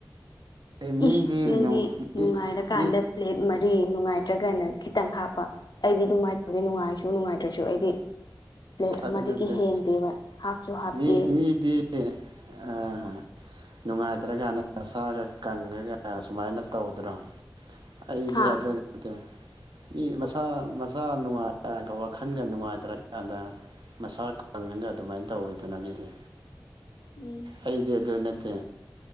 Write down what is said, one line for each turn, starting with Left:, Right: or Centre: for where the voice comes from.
Right: ꯃꯤꯗꯤ
Left: ꯏꯁ ꯅꯪꯗꯤ
Right: ꯃꯤ
Left: ꯅꯨꯡꯉꯥꯏꯔꯀꯥꯟꯗ
Right: ꯃꯤ
Left: ꯄ꯭ꯂꯦꯠ ꯃꯔꯤ ꯅꯨꯡꯉꯥꯏ ꯅꯠꯇ꯭ꯔꯒꯅ ꯈꯤꯇꯪ ꯍꯥꯞꯄ ꯑꯩꯗꯤ ꯑꯗꯨꯃꯥꯏꯅ ꯇꯧꯕꯦ ꯅꯨꯡꯉꯥꯏꯔꯁꯨ ꯅꯨꯡꯉꯥꯏꯇ꯭ꯔꯁꯨ ꯑꯩꯗꯤ ꯄ꯭ꯂꯦꯠ
Right: ꯑꯗꯨ
Left: ꯑꯃꯗꯒꯤ
Right: ꯅꯠꯇ‌ꯦ
Left: ꯍꯦꯟꯗꯦꯕ ꯍꯥꯞꯁꯨ ꯍꯥꯞꯇꯦ
Right: ꯃꯤ ꯃꯤꯗꯤ ꯑꯥ ꯅꯨꯡꯉꯥꯏꯇ꯭ꯔꯒ ꯅꯁ‌ꯥ ꯀꯪꯉꯒ ꯁꯨꯃꯥꯏꯅ ꯇꯧꯗꯅꯥ ꯑꯩꯗꯤ
Left: ꯍꯥ
Right: ꯑꯗꯨ ꯅꯠꯇꯦ ꯃꯤ ꯃꯁꯥ ꯃꯁꯥ ꯅꯨꯡꯉꯥꯏꯇꯕꯥ ꯋꯥꯈꯟꯒꯥ ꯅꯨꯡꯉꯥꯏꯇ꯭ꯔꯀꯥꯟꯗ ꯃꯁꯥ ꯈꯪꯉꯒ ꯑꯗꯨꯃꯥꯏꯅ ꯇꯧꯔꯤꯕꯅꯤ ꯃꯤꯒꯤ
Left: ꯎꯝ
Right: ꯑꯩꯗꯤ ꯑꯗꯨ ꯅꯠꯇꯦ